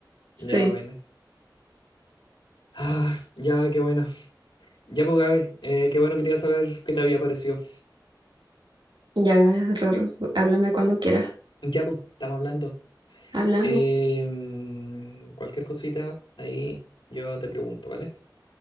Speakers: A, on the left; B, on the right.
A: Ya,
B: Sí,
A: bueno. Ah, ya, qué bueno. Ya, pues, Gaby, eh, qué bueno, quería saber qué te había parecido.
B: ya, Roro, háblame cuando quieras.
A: Ya, pues, estamos hablando.
B: Hablamos.
A: Em, cualquier cosita, ahí yo te pregunto, ¿vale?